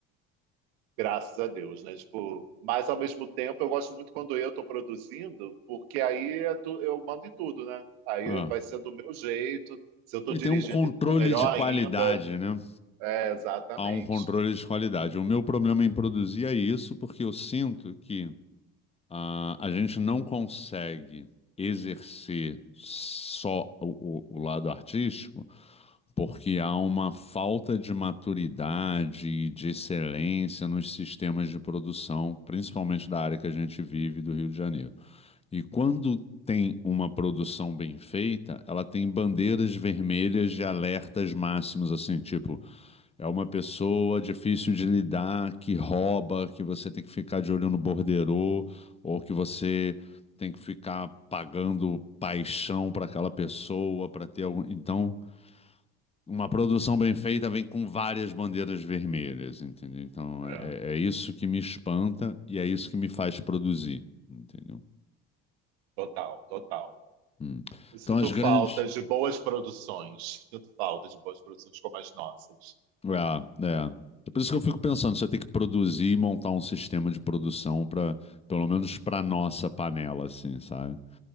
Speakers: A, on the right; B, on the left.
A: Graças a Deus, né? Tipo, mas ao mesmo tempo eu gosto muito quando eu estou produzindo, porque aí é tu- eu mando em tudo, né? Aí
B: Ah.
A: vai ser do meu jeito. Se eu estou
B: E
A: dirigindo,
B: tem um controle
A: então é melhor
B: de qualidade,
A: ainda.
B: né?
A: É, exatamente.
B: há um controle de qualidade. O meu problema em produzir é isso, porque eu sinto que ah, a gente não consegue exercer só o, o- o lado artístico, porque há uma falta de maturidade e de excelência nos sistemas de produção, principalmente da área que a gente vive do Rio de Janeiro. E quando tem uma produção bem feita, ela tem bandeiras vermelhas de alertas máximos, assim, tipo. É uma pessoa difícil de lidar, que rouba, que você tem que ficar de olho no borderô, ou que você tem que ficar pagando paixão para aquela pessoa, para ter algum. Então, uma produção bem feita vem com várias bandeiras vermelhas, entendeu? Então,
A: É,
B: é, é é isso que me espanta e é isso que me faz produzir, entendeu?
A: total, total.
B: Hum.
A: Eu sinto
B: Então, as grandes.
A: falta de boas produções. Sinto falta de boas produções como as nossas.
B: É, é. É por isso que eu fico pensando, você tem que produzir e montar um sistema de produção para, pelo menos para nossa panela, assim, sabe?